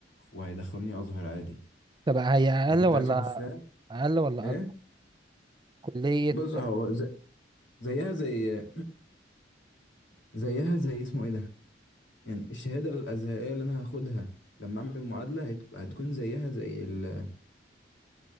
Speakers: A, on the left; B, on the right.
A: وهيدخلوني ازهر عادي
B: طب هي أقل
A: انا كنت
B: ولا
A: عايز اخشها
B: أقل ولا
A: ايه
B: أكبر كلية
A: بص هو ز... زيها زي <clears throat> زيها زي اسمه ايه ده يعني الشهاده الازهريه اللي انا هاخدها لما اعمل معادله هت... هتكون زيها زي ال...